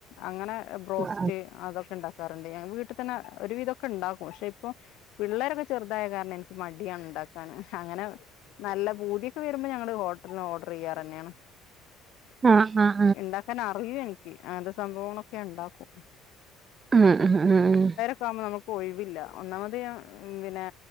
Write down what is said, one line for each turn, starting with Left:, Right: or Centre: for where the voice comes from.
Left: അങ്ങനെ ബ്രോസ്റ്റ്
Right: ആ,
Left: അതൊക്കെണ്ടാക്കും. കാറുണ്ട് ഞാൻ വീട്ടിതന്നെ ഒരു വിധൊക്കെണ്ടാകും പക്ഷെ ഇപ്പൊ പിള്ളേരൊക്കെ ചെറുതായ കാരണം എനിക്ക് മടിയാണ് ണ്ടാക്കാന് അങ്ങനെ നല്ല പൂതിയൊക്കെ വരുമ്പോ ഞങ്ങള് ഹോട്ടലിൽന്ന് ഓർഡർ ചെയ്യാറെന്നെണ്.
Right: ആഹ് ആഹ്
Left: ഇണ്ടാക്കാൻ അറിയു എനിക്ക് അങ്ങനത്തെ സംഭവങ്ങളൊക്കെ ഞാൻ ഇണ്ടാക്കും
Right: മ്മ് മ്മ് മ്മ്
Left: പ്പാമ്പോ നമക്ക് ഒഴിവില്ല ഒന്നാമത് ഞാൻ പിന്നേ